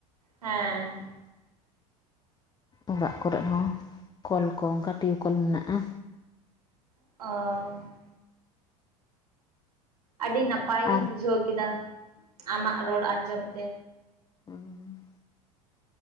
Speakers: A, on the right; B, on the left.
A: ᱦᱮᱸᱻᱻ
B: ᱚᱲᱟᱜ ᱠᱚᱨᱮᱫ ᱦᱚᱸ ᱠᱚᱞ ᱠᱚ ᱚᱱᱠᱟ ᱴᱤᱭᱩ ᱠᱚᱞ ᱢᱮᱱᱟᱜᱼᱟ
A: ᱚᱻᱻ ᱟᱹᱰᱤ ᱱᱟᱯᱟᱭ ᱜᱤᱧ
B: ᱟᱨ
A: ᱵᱩᱡᱷᱟᱹᱣ ᱠᱮᱫᱟ ᱟᱢᱟᱜ ᱨᱚᱲ ᱟᱸᱡᱚᱢ ᱛᱮ
B: ᱦᱩᱸ